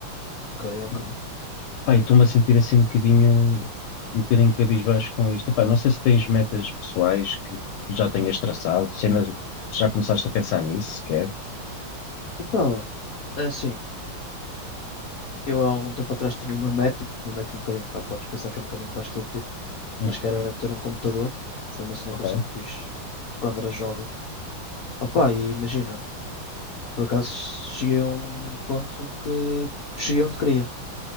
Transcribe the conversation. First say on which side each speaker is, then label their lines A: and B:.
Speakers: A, on the left; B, on the left.
A: ok, ok.
B: E, pá, e estou-me a sentir assim um bocadinho, um bocadinho cabisbaixo com isto. Epá, não sei se tens metas pessoais que já tenhas traçado, se ainda já começaste a pensar nisso sequer.
A: Opa, é assim, eu há algum tempo atrás tinha uma meta, uma meta um bocadinho, pá, podes pensar que é um bocadinho para estúpido,
B: Hum,
A: mas que era ter um computador. Foi uma cena
B: ok,
A: que eu sempre quis quando era jovem. Opa, e imagina, por acaso cheguei a um ponto que cheguei onde queria